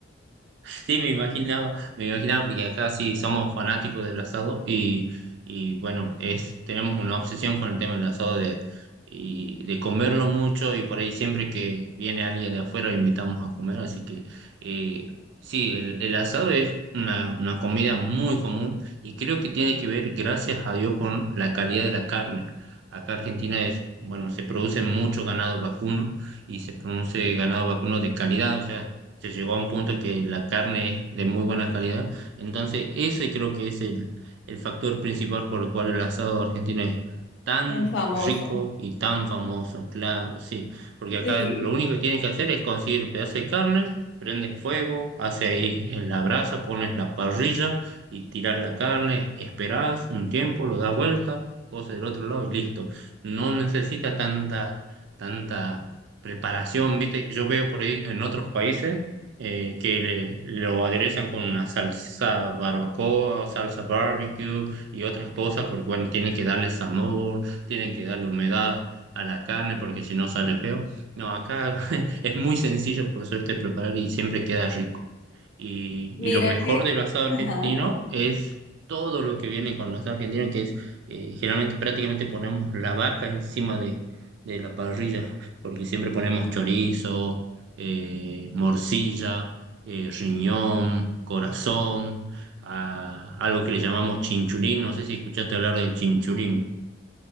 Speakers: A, on the right; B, on the left.
A: Sí, me imaginaba, me imaginaba porque acá sí somos fanáticos del asado y, y bueno, es, tenemos una obsesión con el tema del asado de, y, de comerlo mucho y por ahí siempre que viene alguien de afuera lo invitamos a comer, así que eh, sí, el, el asado es una, una comida muy común y creo que tiene que ver, gracias a Dios, con la calidad de la carne. Acá Argentina es, bueno, se produce mucho ganado vacuno y se produce ganado vacuno de calidad, o sea, se llegó a un punto que la carne es de muy buena calidad. Entonces, ese creo que es el, el factor principal por el cual el asado argentino es tan
B: son famosos.
A: rico y tan famoso, claro, sí. Porque acá
B: Sí.
A: lo único que tienes que hacer es conseguir pedazo de carne, prendes fuego, hace ahí en la brasa, pones la parrilla y tiras la carne, esperás un tiempo, lo das vuelta, pose del otro lado y listo. No necesita tanta, tanta preparación, ¿viste? Yo veo por ahí en otros países eh, que le- lo aderezan con una salsa barbacoa, salsa barbecue y otras cosas, porque bueno, tienen que darle sabor, tienen que darle humedad a la carne, porque si no sale feo. No, acá <laughs> es muy sencillo, por suerte, preparar y siempre queda rico. Y,
B: Mira
A: y lo mejor
B: que,
A: del asado
B: ajá.
A: argentino es todo lo que viene con el asado argentino, que es eh, generalmente prácticamente ponemos la vaca encima de, de la parrilla, porque siempre ponemos chorizo, eh, morcilla, eh, riñón, corazón, a- algo que le llamamos chinchulín. No sé si escuchaste hablar del chinchulín.